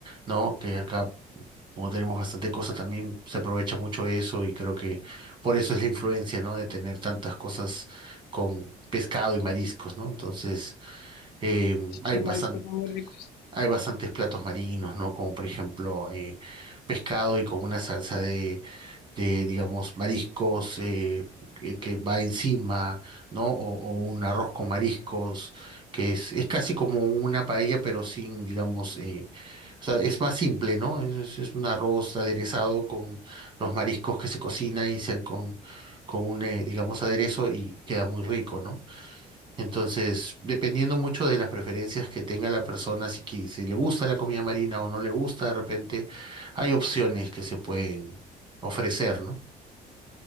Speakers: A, on the right; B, on the left.
A: ¿no? Que acá como tenemos bastante cosas, también se aprovecha mucho eso y creo que por eso es la influencia, ¿no? De tener tantas cosas con pescado y mariscos, ¿no? Entonces, eh, hay
B: Los
A: bastan-
B: mariscos son muy ricos.
A: hay bastantes platos marinos, ¿no? Como por ejemplo, eh, pescado y con una salsa de, de digamos, mariscos eh, que, que va encima, ¿no? O, o un arroz con mariscos, que es, es casi como una paella, pero sin, digamos, eh, o sea, es más simple, ¿no? Es, es- es un arroz aderezado con los mariscos que se cocina y se con, con un, eh, digamos, aderezo y queda muy rico, ¿no? Entonces, dependiendo mucho de las preferencias que tenga la persona, si, qui- si le gusta la comida marina o no le gusta, de repente, hay opciones que se pueden ofrecer, ¿no?